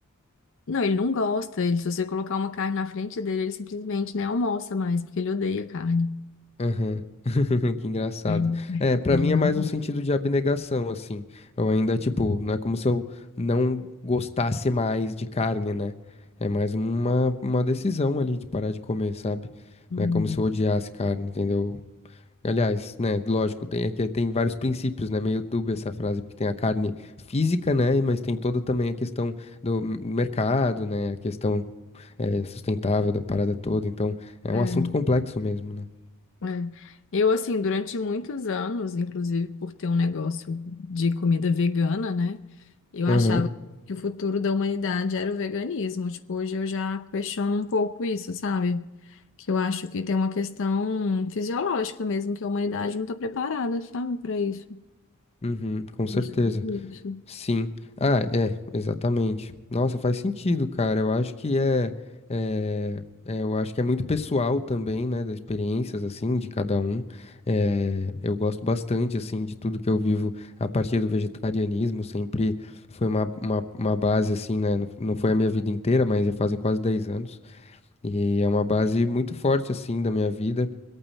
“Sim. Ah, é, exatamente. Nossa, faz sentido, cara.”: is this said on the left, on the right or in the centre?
Left